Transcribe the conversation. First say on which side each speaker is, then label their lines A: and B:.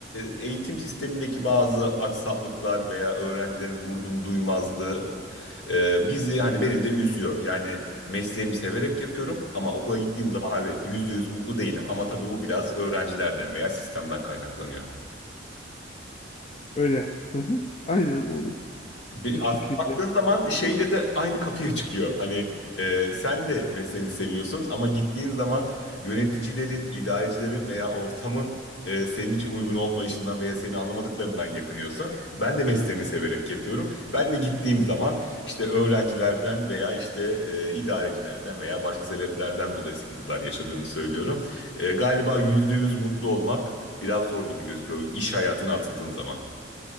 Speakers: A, on the left; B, on the left.
A: eğitim sistemindeki bazı aksaklıklar veya öğrencilerin vurdum duymazlığı e, bizi hani beni de üzüyor. Yani mesleğimi severek yapıyorum ama okula gittiğim zaman evet yüzde yüz mutlu değilim. Ama tabii bu biraz öğrencilerden veya sistemden kaynaklanıyor.
B: Öyle. Hı hı. Aynen o,
A: Bir
B: o şekilde.
A: aslında baktığın zaman şeyle de aynı kapıya çıkıyor. Hani e, sen de mesleğini seviyorsun ama gittiğin zaman yöneticilerin, idarecilerin veya ortamın e, senin için uygun olmayışından veya seni anlamadıklarından yakınıyorsun. Ben de mesleğimi severek yapıyorum. Ben de gittiğim zaman işte öğrencilerden veya işte e, idarecilerden veya başka sebeplerden dolayı sıkıntılar yaşadığımı söylüyorum. E, galiba %100 mutlu olmak biraz zor gibi gözüküyor iş hayatına atıldığın zaman.